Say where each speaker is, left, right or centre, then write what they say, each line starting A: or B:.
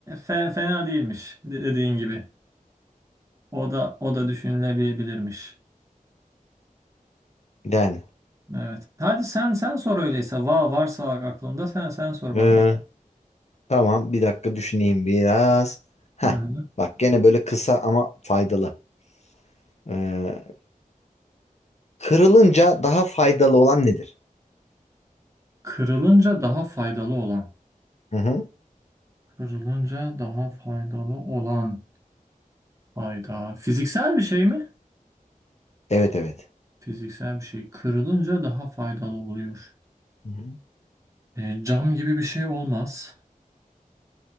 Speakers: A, on the right (about 20°); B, on the left (about 50°).
A: fe- fena değilmiş de- dediğin gibi. O da o da düşünülebilirmiş.
B: Yani.
A: Evet. Hadi sen sen sor öyleyse. Va varsa aklında sen sen sor
B: ee,
A: bana bakayım.
B: tamam bir dakika düşüneyim biraz. Ha,
A: Hı-hı.
B: bak gene böyle kısa ama faydalı. Ee, kırılınca daha faydalı olan nedir?
A: Kırılınca daha faydalı olan.
B: Hı hı.
A: Kırılınca daha faydalı olan fayda. Fiziksel bir şey mi?
B: Evet evet.
A: Fiziksel bir şey. Kırılınca daha faydalı oluyor.
B: Hı hı.
A: E, cam gibi bir şey olmaz.